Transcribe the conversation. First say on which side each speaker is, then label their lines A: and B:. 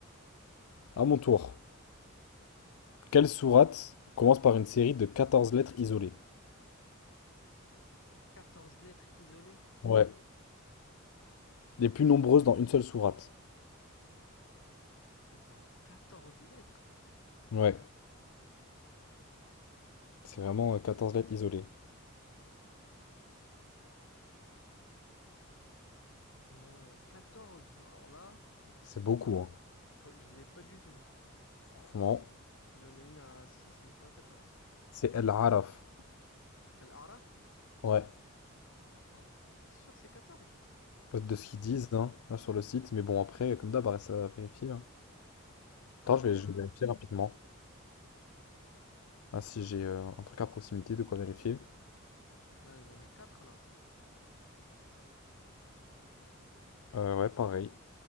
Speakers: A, on the left; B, on the left.
A: À mon tour. Quelle sourate commence par une série de 14 lettres isolées?
B: Quatorze lettres isolées?
A: Ouais, Les plus nombreuses dans une seule sourate.
B: Attends, Quatorze lettres?
A: ouais, C'est vraiment euh, 14 lettres isolées.
B: Non, 14. Alors là,
A: c'est beaucoup, hein.
B: ouais, je l'ai pas du tout.
A: Franchement,
B: J'en ai une à 6 mais pas à quatorze
A: c'est El-Araf.
B: Al-Araf?
A: Ouais.
B: Attends, t'es sûr c'est quatorze
A: De ce qu'ils disent hein, là, sur le site. Mais bon, après, comme d'hab, reste à vérifier. hein.
B: Pas
A: Attends,
B: sûr,
A: je vais, je
B: euh...
A: vais vérifier rapidement. Ah, si j'ai euh, un truc à proximité, de quoi vérifier.
B: non. Là, j'en ai 4 là.
A: Euh, ouais, pareil.